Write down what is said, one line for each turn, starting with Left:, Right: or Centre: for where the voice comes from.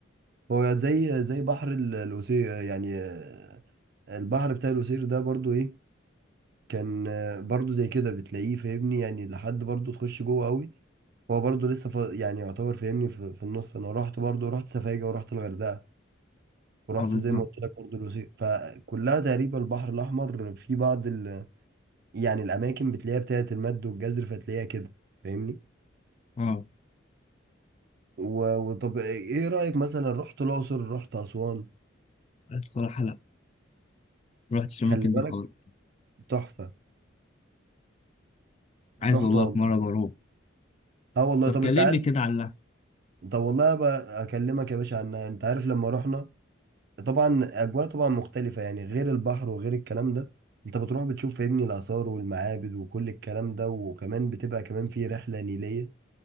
Right: هو زي زي بحر ال- القصير يعني آه، البحر بتاع القصير ده برضو ايه كان آه، برضو زي كده بتلاقيه فاهمني يعني لحد برضو تخش جوه قوي هو برضو لسه ف... يعني يعتبر فاهمني في... في النص انا رحت برضو رحت سفاجة ورحت الغردقة ورحت
Left: اه بالظبط
Right: زي ما قلت لك برضو القصير فكلها تقريبا البحر الاحمر في بعض ال... يعني الاماكن بتلاقيها بتاعت المد والجزر فتلاقيها كده فاهمني
Left: اه
Right: و... وطب ايه رأيك مثلا رحت الاقصر رحت اسوان
Left: الصراحة لا ما رحتش الأماكن
Right: خلي بالك
Left: دي خالص
Right: تحفة
Left: عايز
Right: تحفة
Left: والله
Right: والله
Left: في مرة بروح
Right: اه والله
Left: طب
Right: طب
Left: كلمني
Right: انت عارف
Left: كده عن اللحم
Right: طب والله بقى اكلمك يا باشا عنها انت عارف لما رحنا طبعا اجواء طبعا مختلفة يعني غير البحر وغير الكلام ده انت بتروح بتشوف فاهمني الاثار والمعابد وكل الكلام ده وكمان بتبقى كمان في رحلة نيلية